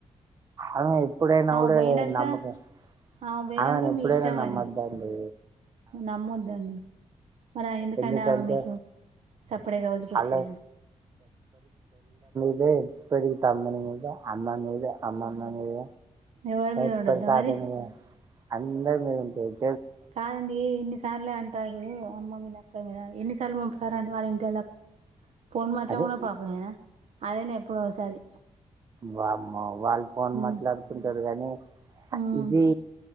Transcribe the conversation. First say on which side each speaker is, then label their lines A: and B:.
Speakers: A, on the right; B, on the right.
A: అన్ ఇప్పుడేనా
B: ఆమె
A: కూడా
B: పోయినాక
A: కూడా నమ్మక
B: ఆమె పోయినాక
A: అను ఇప్పుడనా
B: మీ ఇష్టం
A: నమ్మదాంది
B: అది నమ్మొద్దండి మరి ఎందుకంట
A: ఎందుకంటే
B: మీకు సపడేగా వదిలిపెట్టుకోలండి
A: అలా అదే ఎప్పటికి తమ్నిద అమ్మ మీద అమ్మమ మీద
B: ఎవారి మీద
A: ఎప్పటి
B: ఉండొద్దా
A: తాత
B: మరి
A: మీద అందరి మ ఉంటంది
B: కాదండి ఇన్ని సార్లు అంట టారు అమ్మ మీద అక్క మీద ఎన్నిసార్లు పంపుతారుడి వాళ్ళ ఇంటి ఎళ్ళ ఫోన్ మట్లా
A: అదే
B: ఉ పాపయనా అదేనా ఎప్పుడ ఒకసారి
A: బమ్మ వాళ్ళు ఫోన్
B: ఉమ్,
A: మాట్లాడుకుంటారు అని
B: ఉమ్,
A: ఇదది